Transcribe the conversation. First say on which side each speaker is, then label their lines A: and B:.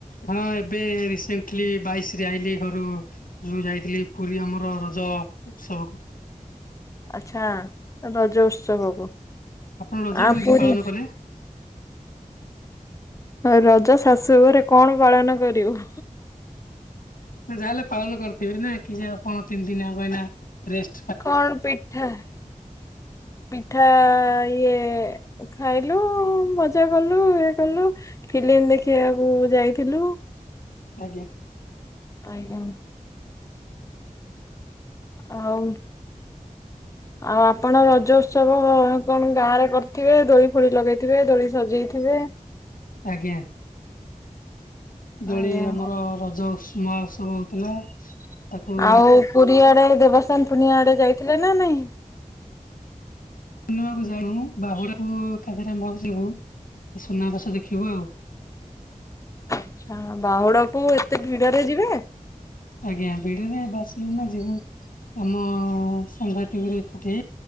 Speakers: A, on the left; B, on the left.
A: ହଁ ଏବେ ରିସେଣ୍ଟଲି ବାଇଶରେ ଆଇଲି ଘରୁ। ଯୋଉ ଯାଇଥିଲି ପୁରୀ ଆମର ରଜ ଉତ୍ସବ କୁ।
B: ଆଚ୍ଛା ରଜ ଉତ୍ସବକୁ।
A: ଆପଣ ରଜ
B: ଆ
A: କେମିତି
B: ପୁରୀ
A: ପାଳନ କଲେ?
B: ରଜ ଶାଶୁ ଘରେ କଣ ପାଳନ କରିବୁ।
A: ନା ଯାହା ହେଲେ ପାଳନ କରିଥିବେ ନା କି ଯେ ଆପଣ ତିନି ଦିନି ଏଇନା ରେଷ୍--‌
B: କଣ ପିଠା ପିଠା ଇଏ ଖାଇଲୁ ମଜା କଲୁ ଇଏ କଲୁ ଫିଲ୍ମ ଦେଖିବାକୁ ଯାଇଥିଲୁ।
A: ଆଜ୍ଞା।
B: ଆଜ୍ଞା। ଆଉ ଆଉ ଆପଣ ରଜ ଉତ୍ସବ କଣ ଗାଁରେ କରି ଥିବେ ଦୋଳି ଫୋଳି ଲଗେଇଥିବେ ଦୋଳି ସଜେଇଥିବେ।
A: ଆଜ୍ଞା। ଦୋଳି
B: ଆଜ୍ଞା
A: ଆମର ରଜ ଉସୁ ସବ ହଉଥିଲା ତାକୁ
B: ଆଉ ପୁରୀ ଆଡେ ଦେବସ୍ଥାନ ପୁର୍ଣ୍ଣିମା ଆଡେ ଯାଇଥିଲେ ନା ନାଇଁ?
A: ପୂର୍ଣ୍ଣିମାକୁ ଯାଉ ବାହୁଡାକୁ ଏକାଥରେ ଯିବୁ ସୁନାବେଶ ଦେଖିବୁ ଆଉ।
B: ଆଚ୍ଛା ବାହୁଡ଼ାକୁ ମୁଁ ଏତେ ଭିଡରେ ଯିବେ?
A: ଆଜ୍ଞା ଭିଡରେ ବସିଲୁ ନା ଯିବୁ ଆମ ସାଘାତିକ ରେଠି।